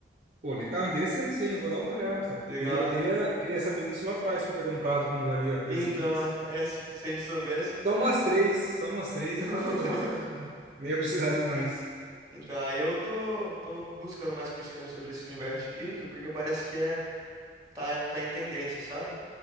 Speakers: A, on the right; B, on the right.
A: Pô, legal, interessante isso aí, eu vou dar uma olhada, cara.
B: Legal,
A: Queria, queria,
B: né?
A: queria saber disso lá atrás, pra eu ter comprado quando valia a preço
B: Então,
A: de pizza.
B: é, se, se a gente soubesse, né?
A: Só umas três, só umas três
B: <laughs>
A: já tava bom. <laughs> né? Nem ia precisar de mais.
B: Então, aí eu tô, tô buscando mais conhecimento sobre esse universo de cripto, porque parece que é Tá, tá em tendência, sabe?